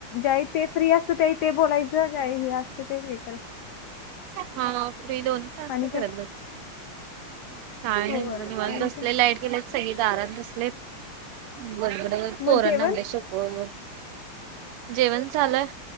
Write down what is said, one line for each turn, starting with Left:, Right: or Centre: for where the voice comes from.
Left: ज ते फ्री असत ते ते बोलायचं ज काय ह हस्त ते हे कर
Right: हा फ्री दोन्ही टास्क
Left: आणि
Right: करत
Left: काय
Right: बस काय
Left: होय
Right: नाही म निवाला
Left: आणि
Right: बसले
Left: काय
Right: लाईट गेलेत सगळे दारात बसले. बरोबर पोरनाे.
Left: मग जेवण
Right: हो जेवण झालंय.